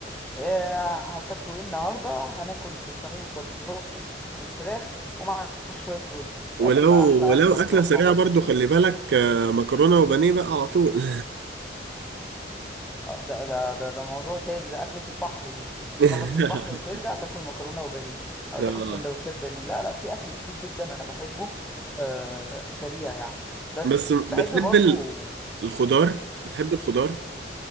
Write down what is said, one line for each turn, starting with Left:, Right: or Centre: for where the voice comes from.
Centre: آه، هتاكلوا إيه النهاردة؟ هناكل صينية بطاطس بالفراخ ومع شوية رز
Right: ولو
Centre: هي بتبقى أحلى
Right: ولو
Centre: أكلة
Right: أكلة
Centre: الصراحة
Right: سريعة
Centre: برضو
Right: برضو خلي بالك آه، مكرونة وبانيه بقى على طول
Centre: آه، ده ده ده ده موضوع تاني ده أكلة البحر دي
Right: <laughs>
Centre: تخلص البحر وترجع تاكل مكرونة وبانيه أو
Right: آه.
Centre: تاكل سندوتشات بانيه لا لا في أكل كتير جدا أنا بحبه آه، سريع يعني بس
Right: بس بتحب
Centre: بحب برضو
Right: ال- الخضار بتحب الخضار